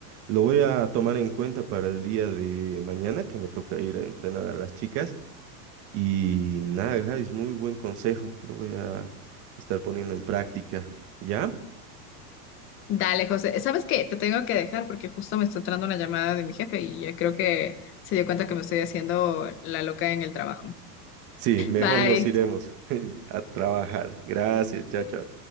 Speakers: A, on the right; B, on the left.
A: Lo voy a tomar en cuenta para el día de mañana, que me toca ir a entrenar a las chicas. Y nada, Gladys, muy buen consejo, lo voy a estar poniendo en práctica, ¿ya?
B: Dale, José. ¿Sabes qué? Te tengo que dejar porque justo me está entrando una llamada de mi jefe y ya creo que se dio cuenta que me estoy haciendo la loca en el trabajo.
A: Sí, mejor
B: Bye.
A: nos iremos <laughs> a trabajar. Gracias, chao, chao.